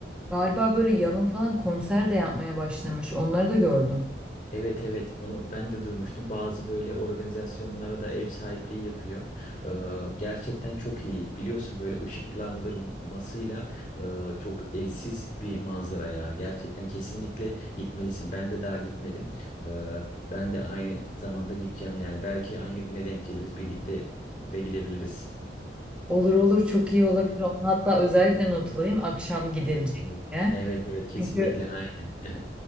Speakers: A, in the centre; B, on the left.
A: galiba böyle yalın falan konser de yapmaya başlamış. Onları da gördüm.
B: Evet evet onu ben de duymuştum. Bazı böyle organizasyonlara da ev sahipliği yapıyor. Ee, gerçekten çok iyi. Biliyorsun böyle ışıklandırmasıyla e, çok eşsiz bir manzara ya. Gerçekten kesinlikle gitmelisin. Ben de daha gitmedim. Ee, ben de aynı zamanda gideceğim yani. Belki aynı güne denk geliriz. Birlikte de gidebiliriz.
A: Olur olur çok iyi olabilir. Onu hatta özellikle not alayım akşam gidilecek
B: Evet evet.
A: diye.
B: Evet evet kesinlikle
A: Çünkü,
B: aynen. <laughs>